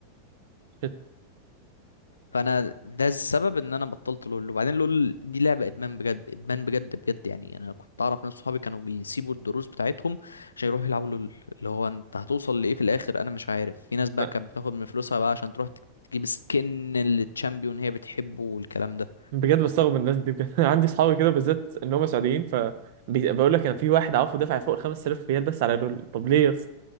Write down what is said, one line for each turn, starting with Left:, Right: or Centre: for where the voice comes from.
Right: شت.
Left: فانا ده السبب ان انا بطلت لول وبعدين لول دي لعبه ادمان بجد ادمان بجد بجد يعني انا كنت اعرف ناس صحابي كانوا بيسيبوا الدروس بتاعتهم عشان يروحوا يلعبوا لول اللي هو انت هتوصل لايه في الاخر انا مش عارف في ناس بقى
Right: أنا
Left: كانت بتاخد من فلوسها بقى عشان تروح تجيب سكن للتشامبيون هي بتحبه والكلام ده
Right: بجد بستغرب من الناس دي بجد <laughs> أنا عندي اصحابي كده بالذات ان هم سعوديين ف بي- بقول لك انا في واحد عارفه دافع فوق ال 5000 ريال بس على لول طب ليه يا اسطى؟